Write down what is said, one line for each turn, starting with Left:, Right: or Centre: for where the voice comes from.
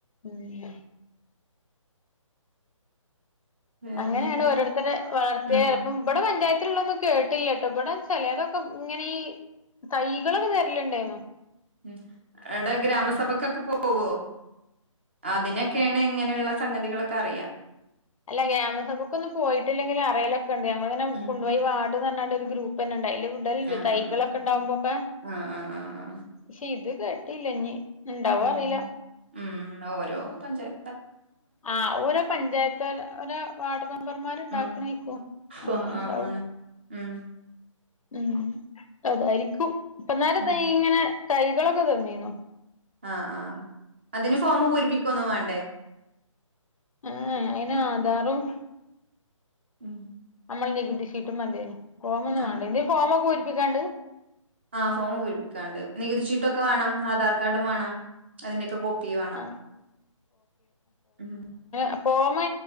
Left: ഉം.
Right: വേറെന്തൊക്കെയാ
Left: അങ്ങനെയാണ് ഓരോര്ത്തരെ വളർത്തിയെ
Right: ഉം
Left: ചെല ഇപ്പം ഇബടെ പഞ്ചായത്തിലുള്ളൊന്നും കേട്ടില്ലാട്ടോ ഇബടെ ചെലതൊക്ക ഇങ്ങനെ ഈ തൈകളൊക്കെ തെരലുണ്ടായിര്ന്നു.
Right: ഉം അവ്ടെ ഗ്രാമസഭക്കൊക്കെ പോവോ അതിനൊക്കാണ്
Left: ഞാൻ
Right: ഇങ്ങനുള്ള സംഗതികളൊക്കറിയാ.
Left: അല്ല ഗ്രാമസഭക്കൊന്നും പോയിട്ടില്ലെങ്കിലും അറിയലൊക്കെണ്ട് ഞങ്ങളിങ്ങനെ
Right: ഉം
Left: കൊണ്ടുപോയി വാർഡ്ന്ന്റഞ്ഞാണ്ട് ഒരു ഗ്രൂപ്പ് തന്നെണ്ട് അതില് വിടല്ണ്ട്
Right: ആഹ്
Left: തൈകളൊക്കെ ഇണ്ടാവുമ്പോക്കെ.
Right: ആഹ് ആഹ് ആഹ് ആഹ് ആഹ്
Left: പക്ഷ ഇത് കേട്ടില്ലെഞ്ഞി ഇണ്ടാവോ
Right: ഉം
Left: അറിയില്ല.
Right: ഉം ഉം ഓരോ പഞ്ചായ
Left: ആ ഓരോ പഞ്ചായത്ത് ഒരോ വാർഡ് മെമ്പർമാരിണ്ടാക്കണായിക്കും
Right: ഉം
Left: അങ്ങനെണ്ടാവും.
Right: ആഹ് ആഹ് ആണ് ഉം.
Left: ഉം അതായിരിക്കും ഇപ്പന്നേരം
Right: ഉം
Left: ഇതാ ഇങ്ങനെ തൈകളൊക്കെ തന്നീനു.
Right: അ ആ അതിന് ഫോം പൂരിപ്പിക്കൊന്നും വേണ്ടേ?
Left: ഏ അയിനാധാറും
Right: ഉം.
Left: നമ്മളെ നികുതി ശീറ്റും മതി ഫോമൊന്നും
Right: ആഹ്
Left: വേണ്ട ഇനി ഫോമൊക്കെ പൂരിപ്പിക്കാണ്ട്
Right: ആ ഫോം പൂരിപ്പിക്കാണ്ട് നികുതി ചീട്ടൊക്കെ വേണം ആധാർ കാർഡും വേണം. അതിന്റേക്കെ കോപ്പീ വേണം
Left: ആഹ്
Right: ഉം
Left: അപ്പൊ ഫോമ്